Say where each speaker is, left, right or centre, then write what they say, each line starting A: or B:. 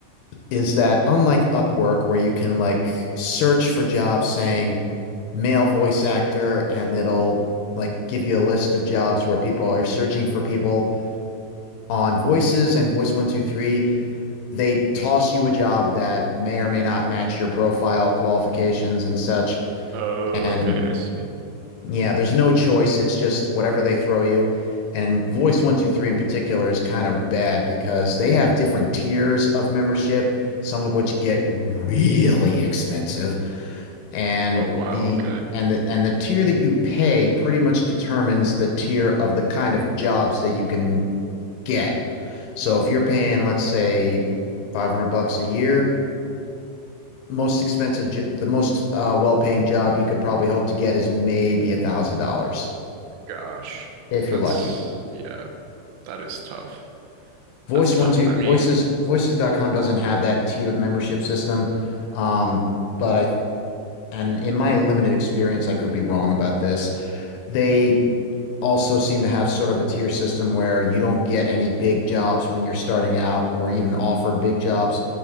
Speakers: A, on the left; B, on the right.
A: is that unlike Upwork, where you can like search for jobs saying male voice actor and it'll like give you a list of jobs where people are searching for people on voices and voice one two three they toss you a job that may or may not match your profile qualifications and such
B: Oh,
A: and
B: okay, I see.
A: Yeah, there's no choice. It's just whatever they throw you. And Voice 123 in particular is kind of bad because they have different tiers of membership, some of which get really expensive. And
B: Oh, wow,
A: the
B: okay.
A: and the and the tier that you pay pretty much determines the tier of the kind of jobs that you can get. So if you're paying, let's say, 500 bucks a year, most expensive, jo- the most uh, well-paying job you can probably hope to get is maybe a thousand dollars
B: Gosh.
A: if
B: That's
A: you're lucky.
B: yeah, that is tough.
A: Voice
B: That's
A: one
B: tough.
A: two
B: I
A: voices
B: mean,
A: voices.com doesn't have that tiered membership system. Um, but I and in my limited experience, I could be wrong about this. They also seem to have sort of a tier system where you don't get any big jobs when you're starting out or even offered big jobs.